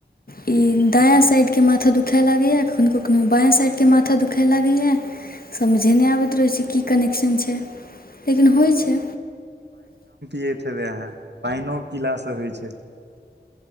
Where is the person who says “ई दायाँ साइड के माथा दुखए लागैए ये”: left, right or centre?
Left